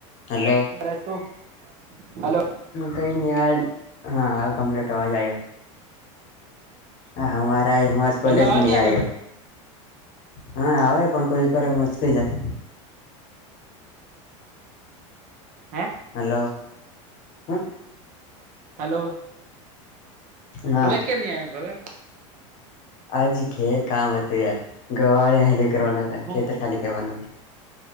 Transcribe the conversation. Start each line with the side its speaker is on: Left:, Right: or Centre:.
Left: હલો.
Right: પરતુ હલો.
Left: હું કઈ ની આજ હા હા કમ્પ્લેટ અવાજ આયો. આહા
Right: હમ
Left: મારે આજે મોજ કોલેજ
Right: પેલા અવાજ
Left: ની
Right: નહી આવતોલો
Left: આયો. હા આવે પણ કોઈ વારય મચકાઈ જાય.
Right: હે
Left: હલો હ
Right: હલો.
Left: હા
Right: કોલેજ કેમ ની આયો ઘઘર
Left: આજ ઘેર કામ હતું યાર ગવાળીયા હેલી કરવાના હતા
Right: હું
Left: ખેતર ખાલી કરવાનું હતું.